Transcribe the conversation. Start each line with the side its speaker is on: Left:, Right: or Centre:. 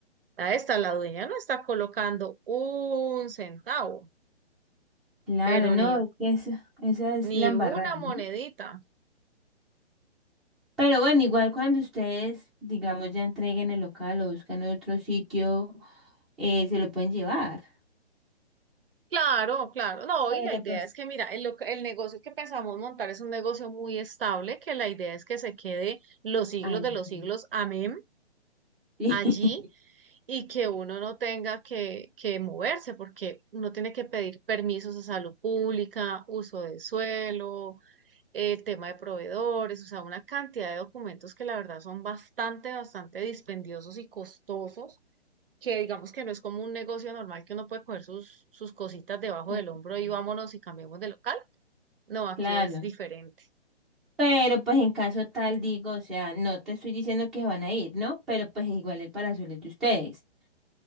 Right: la esta, la dueña no está colocando un centavo,
Centre: Claro,
Right: pero
Centre: no,
Right: ni,
Centre: es que esa, esa es
Right: ni
Centre: la embarrada,
Right: una
Centre: ¿no?
Right: monedita.
Centre: Pero bueno, igual cuando ustedes, digamos, ya entreguen el local o buscan otro sitio, eh, se lo pueden llevar.
Right: Claro, claro. No,
Centre: Pero
Right: y la idea
Centre: pues,
Right: es que, mira, el, loca- el negocio que pensamos montar es un negocio muy estable, que la idea es que se quede los siglos
Centre: ay,
Right: de
Centre: <laughs>
Right: los
Centre: no,
Right: siglos, amén,
Centre: sí,
Right: allí, y que uno no tenga que, que moverse, porque uno tiene que pedir permisos a salud pública, uso de suelo, el tema de proveedores, o sea, una cantidad de documentos que la verdad son bastante, bastante dispendiosos y costosos que digamos que no es como un negocio normal que uno puede coger sus, sus cositas debajo del
Centre: sí,
Right: hombro y vámonos y cambiamos de local. No, aquí
Centre: <laughs> claro.
Right: es diferente.
Centre: Pero pues en caso tal, digo, o sea, no te estoy diciendo que van a ir, ¿no? Pero pues igual el parasol es de ustedes.